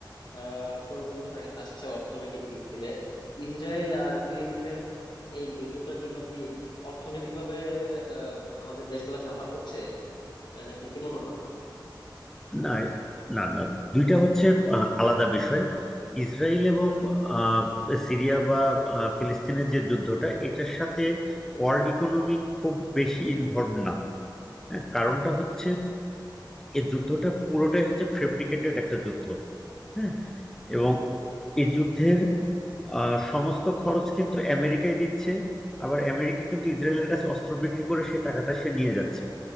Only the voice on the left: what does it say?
আহ পরিবর্তন আ- আসছে অর্থনৈতিক দিক থেকে ইসরায়েল আর ফিলিস্তিনের এই যুদ্ধটার জন্য কি অর্থনৈতিক ভাবে আহ আমাদের দেশগুলা সাফার করছে আহ, নাকি কি মনে হয়